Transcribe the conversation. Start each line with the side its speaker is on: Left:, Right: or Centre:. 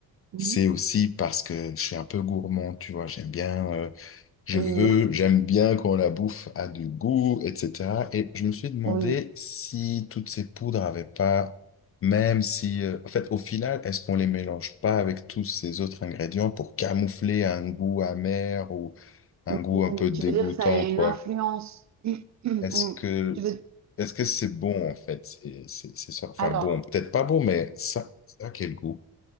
Right: Mhm.
Left: c'est aussi parce que je suis un peu gourmand, tu vois, j'aime bien. euh, je
Right: Oui,
Left: veux, j'aime bien quand la bouffe a du goût, etc. Et je me suis demandé
Right: <laughs> oui.
Left: si toutes ces poudres avaient pas, même si, euh, en fait, au final, est-ce qu'on les mélange pas avec tous ces autres ingrédients pour camoufler un goût amer ou un goût
Right: Mhm.
Left: un peu dégoûtant,
Right: Tu veux dire que ça a une
Left: quoi?
Right: influence. <clears throat> Mhm.
Left: Est-ce que,
Right: Tu veux
Left: est-ce que c'est bon, en fait? C'est, c'est, c'est ça. Enfin,
Right: Alors,
Left: bon, peut-être pas bon, mais ça, ça a quel goût?